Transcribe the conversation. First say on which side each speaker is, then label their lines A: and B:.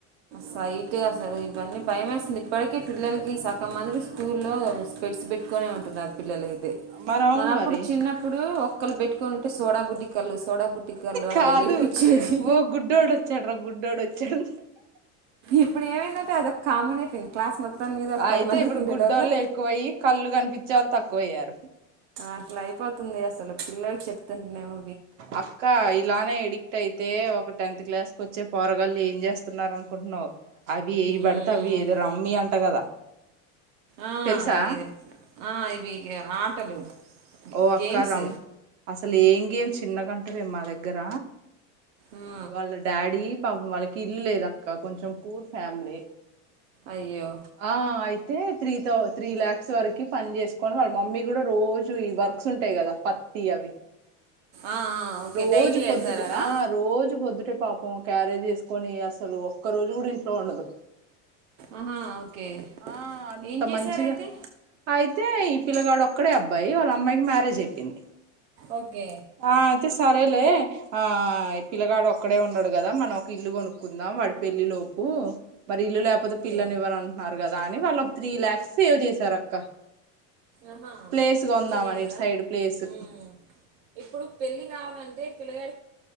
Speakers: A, on the right (about 60°); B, on the right (about 80°).
A: సైటు అసలు ఇవన్నీ భయమేస్తుంది ఇప్పటికే పిల్లలకి సగమంది స్కూల్లో స్పెట్స్ పెట్టుకొనే ఉంటున్నారు పిల్లలయితే
B: మరి అవును
A: మనప్పుడు
B: మరి
A: చిన్నప్పుడు ఒ ఒక్కలు పెట్టుకునింటే సోడా బుడ్డి కళ్ళు సోడా బుడ్డి కళ్ళు
B: కాదు
A: అట్లా ఏడిపించేది
B: ఓ గుడ్డోడు వచ్చాడు ర గుడ్డోడు వచ్చాడు
A: ఇప్పుడు ఏమైందట్టే అది ఒక కామన్ అయిపోయింది క్లాస్ మొ మొత్తం మీద పది
B: అయితే
A: మందికి
B: ఇప్పుడు
A: ఉండేలోకె
B: గుడ్డోళ్ళు ఎక్కువయ్యి కళ్ళు కనిపించే వాళ్ళు తక్కువయ్యారు
A: అట్ల అయిపోతుంది అసలు పిల్లోలకి చెప్తుంట మేము
B: అక్క ఇలానే ఎడిక్ట్ అయితే ఒక టెన్త్ క్లాస్ కోచ్చే పొరగాళ్ళు ఏం చేస్తున్నారు అనుకుంటున్నావు అవి ఏవి
A: మ్మ్
B: పడితే అవి ఏదో రమ్మి అంట కదా
A: ఆ
B: తెలుసా
A: ఇది ఆ ఇవి ఆటలు
B: ఓ అక్క
A: గేమ్స్
B: రమ్ అసలు ఏం గేమ్ చిన్నగంటురే మా దగ్గర
A: ఆ
B: వాళ్ళ డాడీ పాపం వాళ్ళకి ఇల్లు లేదు అక్క కొంచెం పూర్ ఫ్యామిలీ
A: అయ్యో
B: ఆ అయి అయితే త్రీ తౌ త్రీ లాక్స్ వరకు పని చేసుకొని వాళ్ళ మమ్మీ కూడా రోజు ఈ వర్క్స్ ఉంటాయి కదా పత్తి అవి
A: ఆ ఆ ఓకే
B: రోజు
A: డైలీ వెళ్తారా
B: పొద్దుటి ఆ రోజు పొద్దుటి పాపం క్యారేజీ ఎసుకొని అసలు ఒక్క రోజు కూడ ఇంట్లో ఉండదు
A: ఆహా ఓకే
B: ఆ అంత
A: ఏం చేశారయితే
B: మంచిగ అయితే పిల్లగాడు ఒక్కడే అబ్బాయి వాళ్ళ అమ్మాయికి మ్యారేజ్ అయిపోయింది
A: ఒకే
B: ఆ అయితే సరేలే ఆ ఈ పిల్లగాడు ఒక్కడే ఉన్నాడు కదా మనం ఒక ఇల్లు కొనుక్కుందాం వాడి పెళ్లి లోపు మరి ఇల్లు లేకపోతే
A: ఓకే
B: పిల్లనివ్వరు అంటునారు కా అని వాళ్ళు ఒక త్రీ ల్యాక్స్ సేవ్ చేసారు అక్క
A: ఆహా
B: ప్లేస్
A: మంచిదే
B: కొందాం అని
A: కదా
B: ఇటు సైడ్ ప్లేసు
A: ఉమ్ ఇప్పుడు పెళ్లి కావాలంటే పిల్లగా